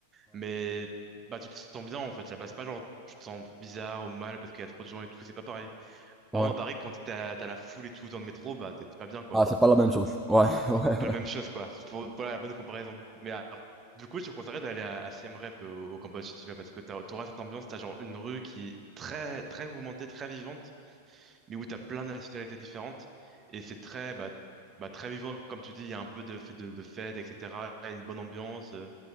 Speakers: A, on the right (about 25°); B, in the centre.
A: Mais bah, tu te sens bien en fait. là-bas. c'est pas genre tu te sens bizarre ou mal parce qu'il y a trop de gens et tout, c'est pas pareil.
B: Ouais.
A: Par contre, à Paris, quand t'as, t'as la foule et tout dans le métro, bah t'es t'es pas bien quoi.
B: Ah, c'est pas la même chose. Ouais, <laughs> ouais,
A: Pas
B: ouais.
A: la même chose quoi. C'est pour, voilà la bonne comparaison. Mais alors, du coup, je te conseillerais d'aller à, à Siem Reap euh, au, au Cambodge si tu vas parce que t'as- t'auras cette ambiance, t'as genre une rue qui est très, très mouvementée, très vivante. mais où tu as plein de nationalités différentes. Et c'est très, bah, bah, très vivant, comme tu dis, il y a un peu de, fête- de, de fête, etc. et cetera. Il y a une bonne ambiance, euh,